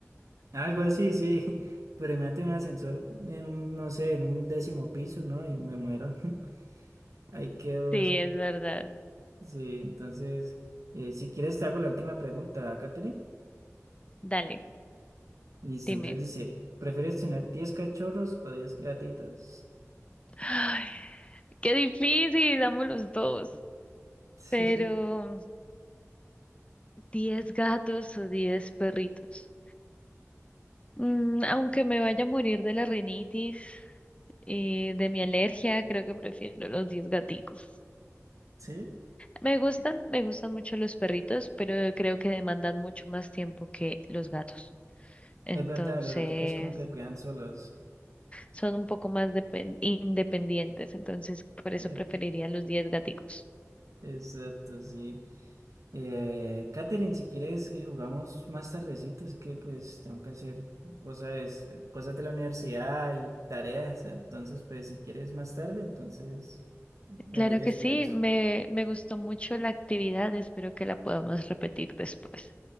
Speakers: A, on the right; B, on the left.
A: Algo así, sí, <laughs> pero imagínate un ascensor en un, no sé, en un décimo piso, ¿no? Y me muero. <laughs> Ahí quedo.
B: Sí,
A: es-
B: es verdad.
A: Sí, entonces, eh, si quieres te hago la última pregunta, Katherine.
B: Dale,
A: Listo,
B: dime.
A: entonces dice, ¿prefieres tener diez cachorros o 10 gatitos?
B: Ay, qué difícil, amo los dos.
A: <laughs>
B: Pero. diez gatos o diez perritos. Mm, aunque me vaya a morir de la rinitis y de mi alergia, creo que prefiero los diez gaticos.
A: Sí,
B: Me gustan, me gustan mucho los perritos, pero creo que demandan mucho más tiempo que los gatos. Entonces,
A: es verdad, los gaticos como que cuidan solos.
B: son un poco más depen- independientes, entonces por eso
A: Eh,
B: preferiría los diez gaticos.
A: exacto, sí. Eh, Katherine, si quieres, eh, jugamos más tardecito, es que pues tengo que hacer, vos sabes, eh, cosas de la universidad y tareas, entonces pues si quieres más tarde, entonces me
B: Claro
A: voy despidiendo.
B: que sí, me, me gustó mucho la actividad, espero que la podamos repetir después.